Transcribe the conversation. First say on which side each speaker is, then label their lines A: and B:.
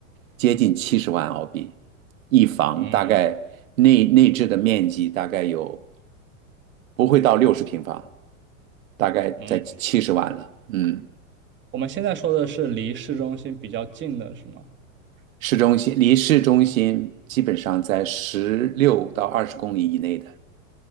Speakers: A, on the right (about 75°); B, on the right (about 25°).
A: 接近七十万澳币，一房大概内内置的面积大概有
B: 嗯
A: 不会到六十平方，大概在七十万了。
B: 嗯，
A: 嗯，
B: 我们现在说的是离市中心比较近的是吗？
A: 市中心离市中心基本上在十六到二十公里以内的。